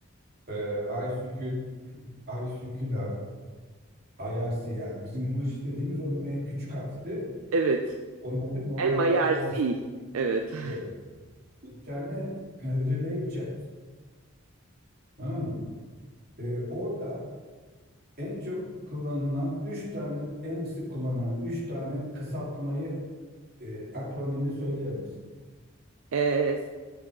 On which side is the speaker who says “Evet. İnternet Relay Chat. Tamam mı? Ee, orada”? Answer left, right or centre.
Right